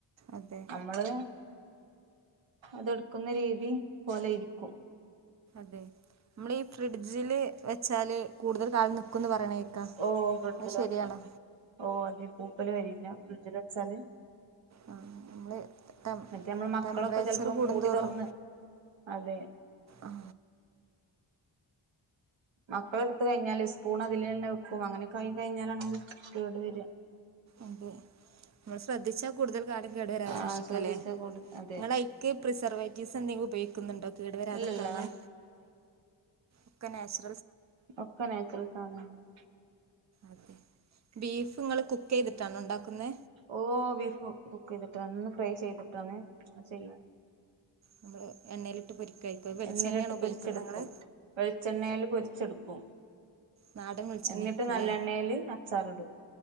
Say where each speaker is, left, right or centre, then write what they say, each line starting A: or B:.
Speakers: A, on the right (about 40°); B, on the right (about 85°).
A: അതെ
B: നമ്മള് അതെടുക്കുന്നരീതി പോലെയിരിക്കും.
A: നമ്മളീഫ്രിഡ്ജില് വെച്ചാല് കൂടുതൽ കാലം നിക്കുന്ന് പറയണ കേക്കാ
B: ഓ ഫ്രിഡ്ജില്
A: അത് ശരിയാണോ
B: വെക്കാം <unintelligible> <unintelligible> ഫ്രിഡ്ജില് വെച്ചാല്
A: ആ നമ്മള് ടെം
B: മറ്റേമ്മള് മക്കളൊക്കെ
A: ടെമ്പറേച്ചർ
B: ചെലപ്പം
A: കൂടുന്തോറും
B: മൂടി തൊറന്ന്‌ അതെ
A: ആ
B: അപ്പെടുത്ത് കഴിഞ്ഞല് സ്പൂണത്തിലന്നെവെക്കും അങ്ങനൊക്കായിക്കഴിഞ്ഞാലാണ് കേട് വരുവാ.
A: അതെ നമ്മശ്രദ്ധിച്ചാൽ കൂടുതൽ കാലം കേട് വരാതെ
B: ആ
A: സൂക്ഷിക്കാലെ
B: ശ്രദ്ധിച്ചാ കൂടു അതെ
A: നിങ്ങളായിക്ക് പ്രിസേർവേറ്റിസ് എന്തങ്കിലും ഉപയോഗിക്കുന്നുണ്ടോ കേട് വരാതെനിക്കാനുള്ളെ?
B: ഇല്ലല്ല
A: ഒക്കെ നാച്ചു
B: ഒക്കെനാച്ചുറൽ സാനാങ്ങളാ.
A: അതെ ബീഫ് ഇങ്ങള് കുക്കെയ്തിട്ടാണോ ഒണ്ടാക്കുന്നെ?
B: ഓ ബീഫും കുക്കെയിതിട്ടാണ്ന്ന്‌ ഫ്രൈ ചെയ്തിട്ടാണെ അങ്ങനെ ചെയ്യാ.
A: നമ്മള് എണ്ണയിലിട്ട് പൊരിക്കായിരിക്കും വെളിച്ചെണ്ണയാണോ
B: എണ്ണേലിട്ട്
A: ഉപയോഗിക്കുന്നത്
B: പൊരിച്ചെടുക്കും
A: നിങ്ങള്
B: വെളിച്ചെണ്ണേല് പൊരിച്ചെടുക്കും.
A: നാടൻ വെളിച്ചെണ്ണയായിരികുലേ
B: എന്നിട്ട് നല്ലെണ്ണയില് അച്ചാറിടും